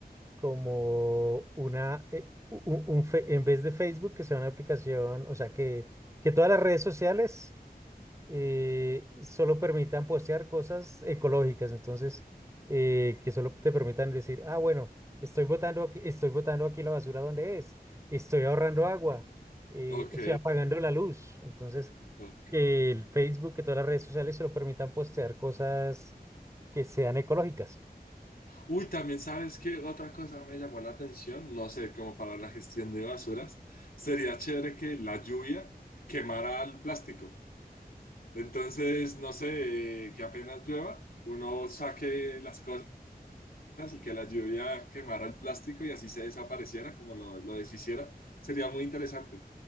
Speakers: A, on the right; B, on the left.
A: como una, eh, u- u- un, fe- en vez de Facebook, que sea una aplicación, o sea, que, que todas las redes sociales eh, solo permitan postear cosas ecológicas, entonces, eh, que solo te permitan decir, ah, bueno, estoy botando aquí, estoy botando aquí la basura donde es, estoy ahorrando agua, eh,
B: Ok,
A: estoy apagando la luz, entonces,
B: ok.
A: que el Facebook, que todas las redes sociales solo permitan postear cosas que sean ecológicas.
B: Uy, también sabes que otra cosa me llamó la atención, no sé, como para la gestión de basuras, sería chévere que la lluvia quemara el plástico. Entonces, no sé, eh, que apenas llueva, uno saque las cosas y que la lluvia quemara el plástico y así se desapareciera, como lo, lo deshiciera, sería muy interesante.